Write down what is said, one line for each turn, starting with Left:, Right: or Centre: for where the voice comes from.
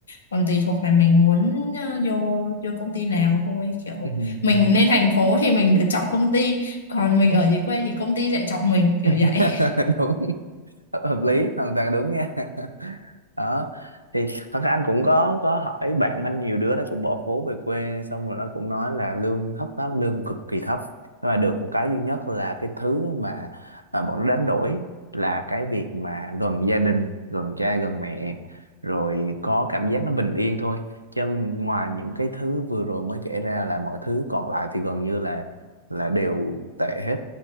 Left: còn tùy thuộc là mình muốn ờ, vô vô công ty nào thôi kiểu
Right: Ừ.
Left: mình
Right: đúng
Left: lên thành phố thì mình được chọn công ty còn mình ở dưới quê thì công ty lại chọn mình kiểu
Right: <laughs>
Left: vậy
Right: đúng hợp hợp lý hoàn toàn đúng nha <laughs> đó thì thật ra anh cũng có có hỏi bạn anh nhiều đứa nó cũng bỏ phố về quê xong rồi nó cũng nói là lương thấp lắm lương cực kỳ thấp nhưng mà được một cái duy nhất là cái thứ mà, mà bọn nó đánh đổi là cái việc mà gần gia đình gần cha gần mẹ rồi có cảm giác nó bình yên thôi chứ ngoài những cái thứ vừa rồi mới kể ra là mọi thứ còn lại thì gần như là là đều tệ hết